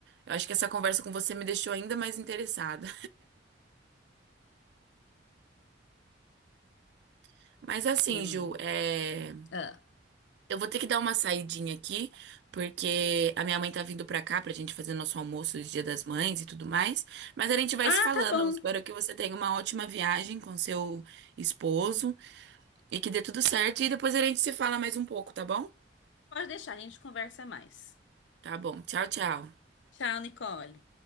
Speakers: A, on the right; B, on the left.
A: eu acho que essa conversa com você me deixou ainda mais interessada. <laughs> Mas assim,
B: Que, hum,
A: Ju, é,
B: ah,
A: eu vou ter que dar uma saidinha aqui, porque a minha mãe tá vindo pra cá pra gente fazer nosso almoço de Dia das Mães e tudo mais. Mas a gente vai
B: Ah,
A: se falando.
B: tá bom.
A: Eu espero que você tenha uma ótima viagem com seu esposo e que dê tudo certo. E depois a gente se fala mais um pouco, tá bom?
B: Pode deixar, a gente conversa mais.
A: Tá bom. Tchau, tchau.
B: Tchau, Nicole.